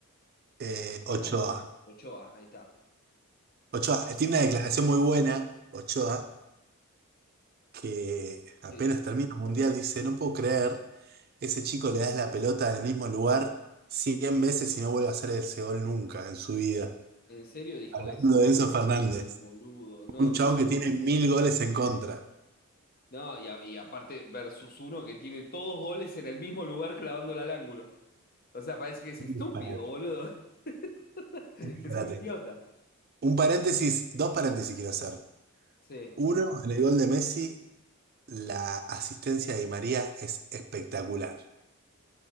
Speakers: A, on the right; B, on the left.
A: Eh,
B: ¿nos acordamos?
A: Ochoa.
B: Ochoa, ahí está.
A: Ochoa eh, tiene una declaración muy buena, Ochoa, que apenas
B: ¿Qué dice?
A: termina el mundial dice, no puedo creer, ese chico le das la pelota en el mismo lugar 100 veces y no vuelve a hacer ese gol nunca en su vida.
B: ¿En serio dijo
A: Hablando
B: eso?
A: de Enzo Fernández,
B: Uy, boludo. No,
A: un
B: no,
A: chavo que tiene mil goles en contra.
B: no, y, a- y aparte, versus uno que tiene todos goles en el mismo lugar clavándola al ángulo. O sea, parece que es estúpido,
A: Un disparate.
B: boludo. <laughs>
A: Un disparate.
B: Es un idiota.
A: Un paréntesis, dos paréntesis quiero hacer.
B: Sí,
A: Uno, en el gol de Messi, la asistencia de Di María es espectacular.